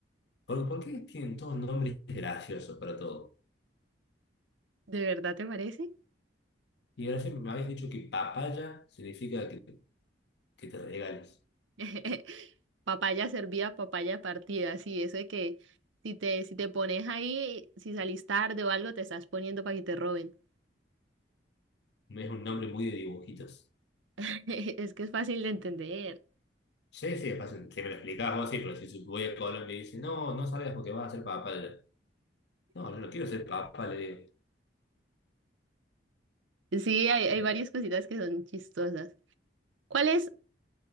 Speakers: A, on the left; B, on the right.
A: ¿Por, por qué tienen todos nombres graciosos para todo?
B: <laughs> ¿de verdad te parece?
A: Y ahora siempre me habéis dicho que papaya significa que te regales.
B: <laughs> Papaya servida, papaya partida, sí, eso de que si te, si te pones ahí, si salís tarde o algo, te estás poniendo para que te roben.
A: Es un nombre muy de dibujitos.
B: <laughs> Es que es fácil de entender.
A: Sí, sí, es fácil. Si me lo explicás vos, sí, pero si su- voy a Colombia y dice, no, no salgas porque vas a ser papá. le digo, No, yo no quiero ser papá, le digo.
B: Sí, hay, hay
A: Eh,
B: varias cositas que son chistosas. ¿Cuál es?